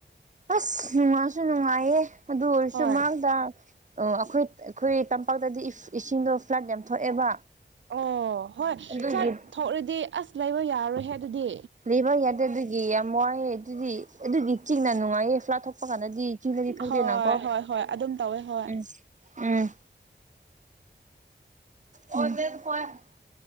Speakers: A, on the right (about 40°); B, on the right (about 80°).
A: ꯑꯁ ꯅꯨꯡꯁꯨ ꯅꯨꯡꯉꯥꯏꯌꯦ ꯑꯗꯨ ꯑꯣꯏꯔꯁꯨ
B: ꯍꯣꯏ
A: ꯃꯥꯥꯡꯗ ꯑꯣ ꯑꯩꯈꯣꯏ ꯑꯩꯈꯣꯏ ꯇꯝꯄꯥꯛꯇꯗꯤ ꯏ ꯏꯁꯤꯡꯗꯣ ꯐ꯭ꯂꯗ ꯌꯥꯝ ꯊꯣꯛꯑꯦꯕ
B: ꯑꯣ ꯍꯣꯏ
A: ꯑꯗꯨꯒꯤ
B: ꯐ꯭ꯂꯗ ꯊꯣꯛꯔꯗꯤ ꯑꯁ ꯂꯩꯕ ꯌꯥꯔꯣꯏꯍꯦ ꯑꯗꯨꯗꯤ
A: ꯂꯤꯕꯥꯔ ꯌꯥꯗꯕꯒꯤ ꯌꯥꯝ ꯋꯥꯏꯌꯦ ꯑꯗꯨꯗꯤ ꯑꯗꯨꯗꯤ ꯆꯤꯡꯅ ꯅꯨꯡꯉꯥꯏꯌꯦ ꯐ꯭ꯂꯥꯠ ꯊꯣꯛꯄ ꯀꯥꯟꯗꯗꯤ ꯆꯤꯡꯗꯗꯤ ꯊꯣꯛꯇꯦꯅꯀꯣ
B: ꯍꯣꯏ ꯍꯣꯏ ꯍꯣꯏ ꯑꯗꯨꯝ ꯇꯧꯋꯦ ꯍꯣꯏ
A: ꯎꯝ ꯎꯝ ꯎꯝ